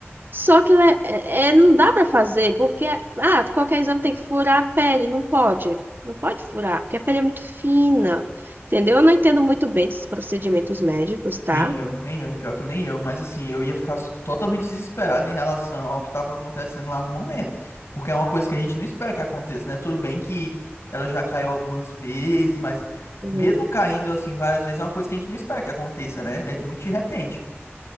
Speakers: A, on the right (about 50°); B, on the left (about 80°).
A: Só que né, é, é- não dá para fazer, porque ah, qualquer exame tem que furar a pele, não pode. Não pode furar, porque a pele é muito fina. Entendeu? Eu não entendo muito bem esses procedimentos médicos, tá?
B: Nem eu, nem eu. Pior que nem eu. Mas assim, eu ia ficar s- totalmente desesperado em relação ao que estava acontecendo lá no momento. Porque é uma coisa que a gente não espera que aconteça, né? Tudo bem que ela já caiu algumas vezes, mas
A: Hum,
B: mesmo caindo assim várias vezes, é uma coisa que a gente não espera que aconteça, né? É muito de repente.